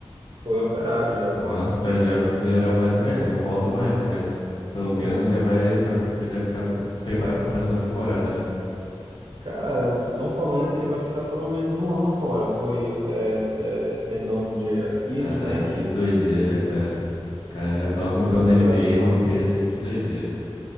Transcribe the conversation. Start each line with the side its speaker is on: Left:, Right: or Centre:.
Right: Foi operado já.
Left: Nossa, pra já melhorar mais. Bem, não volta mais, né? Mas pelo menos
Right: Não.
Left: já vai pra, pra já ficar preparado pra próxima temporada, né?
Right: Cara, o que estão falando é que ele vai ficar pelo menos um ano fora, que foi é, é, tendão de Aquiles,
Left: Caralho,
Right: né?
Left: que doideira,
Right: E
Left: cara. O Cara, já atual
Right: é
Left: campeão
Right: uma recuperação
Left: da NBA e romper
Right: né?
Left: assim, que doideira.